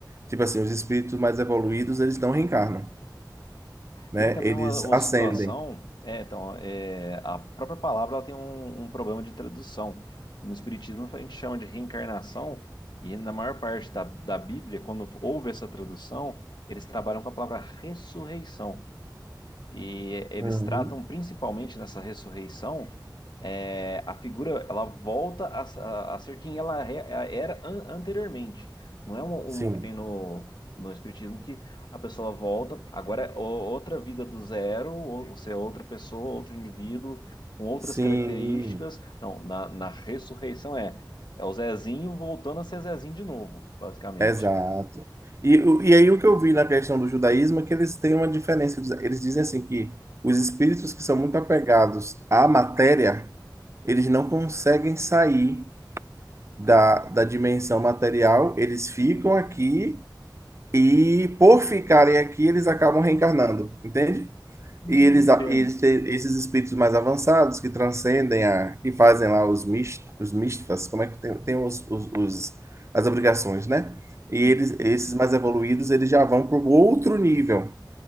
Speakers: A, on the right; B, on the left.
A: Tipo assim, os espíritos mais evoluídos, eles não reencarnam né?
B: Tem também
A: Eles
B: uma, uma
A: acendem.
B: situação, é, então, é, a própria palavra ela tem um, um problema de tradução. No Espiritismo a gente chama de reencarnação, e na maior parte da, da Bíblia, quando houve essa tradução, eles trabalham com a palavra ressurreição. E eles
A: Uhum.
B: tratam principalmente nessa ressurreição, é, a figura ela volta a, a- a ser quem ela re- era an- anteriormente. Não é um,
A: Sim,
B: um que nem no, no Espiritismo que a pessoa volta, agora é o- outra vida do zero, ou você é outra pessoa, outro indivíduo, com outras
A: sim,
B: características. Não, na, na ressurreição é, é o Zezinho voltando a ser Zezinho de novo, basicamente.
A: exato. E, o- e aí o que eu vi na questão do judaísmo é que eles têm uma diferença. Eles eles dizem assim que os espíritos que são muito apegados à matéria, eles não conseguem sair. da, da dimensão material, eles ficam
B: Uhum.
A: aqui e, por ficarem aqui, eles acabam reencarnando, entende?
B: Hum,
A: E eles,
B: Entendo.
A: eles esses espíritos mais avançados que transcendem a, que fazem lá os mist, os como é que tem, tem os, os, os, as obrigações, né? E
B: Uhum.
A: eles, esses mais evoluídos, eles já vão para o outro nível,